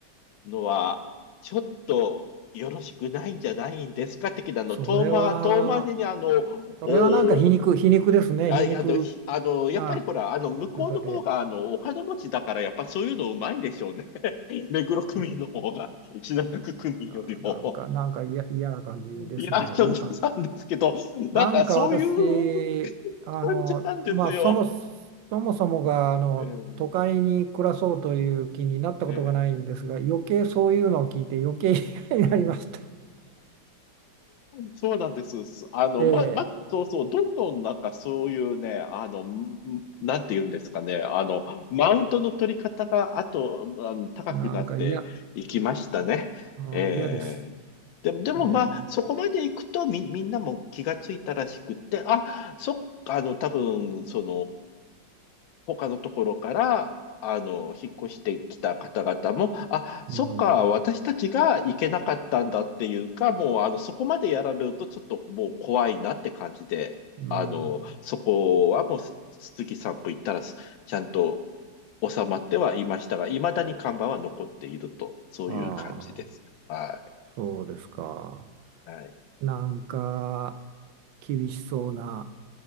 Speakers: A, on the left (about 80°); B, on the right (about 80°).
A: のは、ちょっとよろしくないんじゃないんですか的なの、
B: それは、
A: 遠回遠回りにあの、おお
B: それはなんか皮肉、皮肉ですね。
A: あ、
B: 皮肉
A: いやあの、ひあの、やっぱりほら、
B: な言い方で。
A: あの、向こうの方が、あの、お金持ちだから、やっぱそういうのうまいんでしょうね。<laughs> 目黒区民の方が、
B: えー
A: 品川区民よりも。
B: あーなんか、なんか嫌、嫌な感じですね。
A: いや、あの、
B: なんか、
A: さんですけど、なんかそういう
B: なんか私、あの、
A: 感じなんですよ。
B: まあ、そもそもそもがあの都会に暮らそうという気になったことがないんですが、
A: ええええ
B: 余計そういうのを聞いて余計嫌になりました。
A: そうなんです。すあの、
B: <laughs> え
A: ま、ま、そうそう、どんどんなんかそういうね、あの、んんなんて言うんですかね、あの、マウントの取り方が、あと、あの、高くなっていきましたね。
B: え、なんか嫌、うん、
A: ええでも、
B: 嫌です。
A: でもまあ、
B: え
A: そこまで行くとみ、みんなも気がついたらしくって、あ、そっか、あの、多分、そ他のところから、あの、引っ越してきた方々も、あ、そっか、
B: え、うん、
A: 私たちが行けなかったんだっていうか、もう、あの、そこまでやられるとちょっともう怖いなって感じで、
B: うん、
A: あの、そこはもう、す杉さん歩行ったらす、ちゃんと収まってはいましたが、未だに看板は残っていると、そういう感じです。
B: ああ、
A: は
B: そうですか。
A: い。はい。
B: なんか厳しそうな